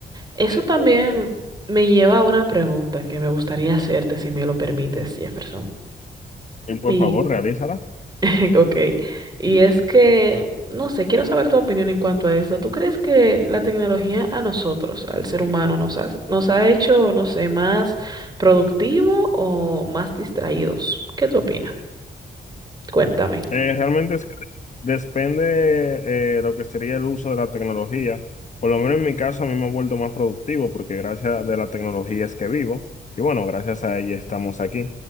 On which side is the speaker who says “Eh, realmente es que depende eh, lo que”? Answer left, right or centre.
Left